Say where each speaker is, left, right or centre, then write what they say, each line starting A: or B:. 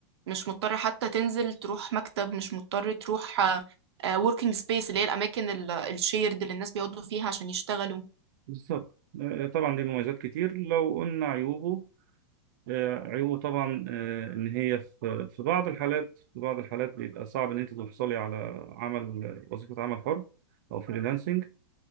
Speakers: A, on the right (about 65°); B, on the right (about 40°).
A: مش مضطر حتى تنزل تروح مكتب مش مضطر تروح آه، آه، working space اللي هي الاماكن ال- الشيرد اللي الناس بيقعدوا فيها عشان يشتغلوا
B: بالظبط آه طبعا ليه مميزات كتير لو قلنا عيوبه آه عيوبه طبعا آه ان هي في في بعض الحالات في بعض الحالات بيبقى صعب ان انت تحصلي على عمل وظيفة عمل حر او فريلانسنج